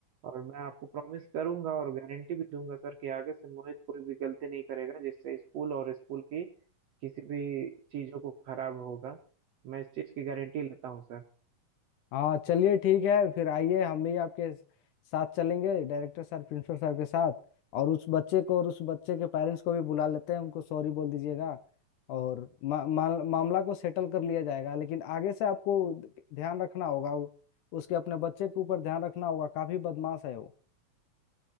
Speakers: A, on the right; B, on the left.
A: और मैं आपको प्रॉमिस करूंगा और गारंटी भी दूंगा सर कि आगे से मोहित कोई भी गलती नहीं करेगा जिससे स्कूल और स्कूल की किसी भी चीजों को खराब होगा मैं इस चीज की गारंटी लेता हूँ सर
B: हाँ चलिए ठीक है फिर आइए हम भी आपके साथ चलेंगे डायरेक्टर सर प्रिंसिपल सर के साथ और उस बच्चे को और उस बच्चे के पेरेंट्स को भी बुला लेते हैं उनको सॉरी बोल दीजिएगा और मा, मा, मामला को सेटल कर लिया जाएगा लेकिन आगे से आपको ध- ध्यान रखना होगा उ- उसके अपने बच्चे के ऊपर ध्यान रखना होगा काफी बदमाश है वो